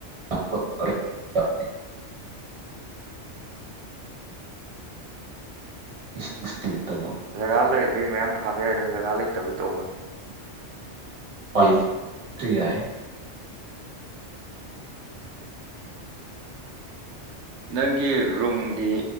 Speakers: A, on the right; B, on the right.
A: <unintelligible> <unintelligible>
B: ꯖꯒꯥ ꯂꯩꯔꯗꯤ ꯃꯌꯥꯝ ꯊꯥꯕ ꯌꯥꯏꯗ ꯖꯒꯥ ꯂꯩꯇꯕꯩ ꯇꯧꯕꯅꯤ
A: <unintelligible>
B: ꯅꯪꯒꯤ ꯔꯨꯝꯒꯤ